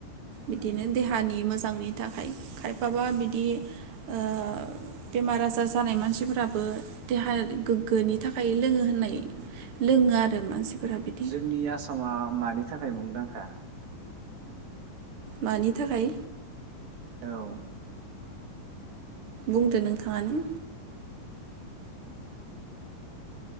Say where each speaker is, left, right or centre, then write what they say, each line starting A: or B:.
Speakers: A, on the right; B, on the right.
A: बिदिनो
B: उम
A: देहानि मोजां मोजांनि थाखाय खायफा माबा बिदि ओ बेमार आजार जानाय मानसिफोराबो देहा गोग्गोनि थाखाय लोङो होननाय
B: उम
A: लोङो आरो मानसिफोरा बिदि
B: जोंनि आसामा मानि थाखाय मुंदांखा
A: मानि थाखाय
B: औ
A: बुंदो नोंथाङानो